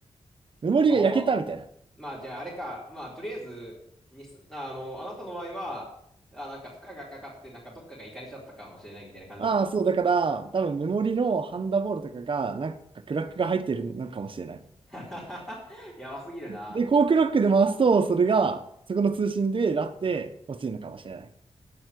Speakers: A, on the right; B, in the centre.
A: メモリが焼けたみたいな。
B: おあ。まあ、じゃああれか。まあ、とりあえず、にす、ああの、あなたの場合は、あ、なんか負荷がかかって、なんかどっかが行かれちゃったかもしれないみたいな感じなの。
A: ああ、そう、だから、多分メモリのハンダボールとかが、なんかクラックが入ってるのかもしれない。
B: <laughs> やばすぎるな。
A: で、こうクラックで回すと、それが、そこの通信でラって落ちるのかもしれない。